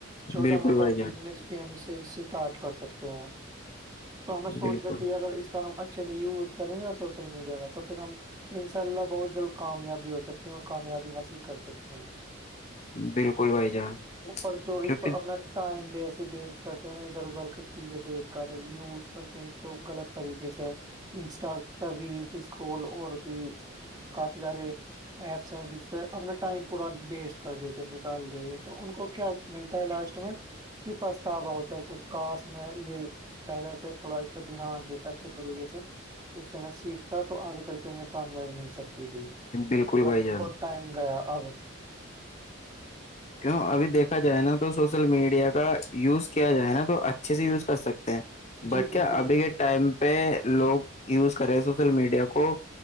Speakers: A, on the right; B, on the left.
A: چھوٹا
B: بالکل
A: موٹا
B: بھائی جان
A: بزنس ہم اسے اسٹارٹ کر سکتے ہیں تو ہمیں سوچنا
B: بالکل
A: چاہیے اگر اس کا ہم اچھا چلے یوز کریں نا سوشل میڈیا کا تو پھر ہم انشاء اللہ بہت جل کامیابی ہو سکتے ہیں اور کامیابی حاصل کر سکتے ہیں
B: بالکل بھائی جان
A: اپر جو
B: کیونکہ
A: اس پر اپنا ٹائم دے ویسٹ کرتے ہیں ادھر ادھر کے چیزیں دیکھ کر یوز کرتے ہیں اس کو غلط طریقے سے انسٹا پر ری اسکرول اور بھی کافی سارے ایپس ہیں جس پہ اپنا ٹائم پورا ویسٹ کر دیتے نکال دیتے تو ان کو کیا ملتا ہے لاسٹ میں کہ پچھتاوا ہوتا ہے کہ کاش میں یہ پہلے سے تھوڑا اس پہ دھیان دیتا اچھے طریقے سے اس سے میں سیکھتا تو آگے چل کے مجھے کامیابی مل سکتی ت
B: بالکل
A: ب
B: بھائی جان
A: بہت ٹائم گیا اب <unintelligible>
B: کیوں ابھی دیکا جائے نا تو سوشل میڈیا کا یوز کیا جائے نا تو اچھے سے یوز کر سکتے بٹ
A: جی بالکل
B: کیا ابھی
A: بالکل
B: کے ٹائم پہ لوگ یوز کرے سوشل میڈیا کو